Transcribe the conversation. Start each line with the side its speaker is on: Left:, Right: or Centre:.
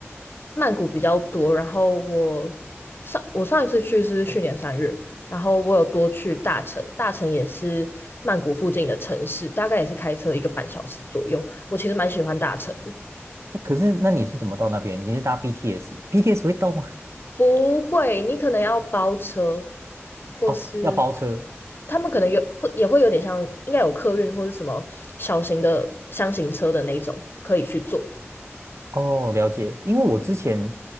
Left: 曼谷比较多，然后我上我上一次去是去年三月，然后我有多去大城，大城也是曼谷附近的城市，大概也是开车一个半小时左右。我其实蛮喜欢大城
Right: 诶可是那你是怎么到那边？你是搭 BTS？BTS 会到吗？
Left: 不会，你可能要包车，
Right: <laughs>
Left: 或是
Right: 哦，要包车
Left: 他们可能有会也会有点像，应该有客运或是什么小型的箱型车的那种可以去做。
Right: 哦，了解。因为我之前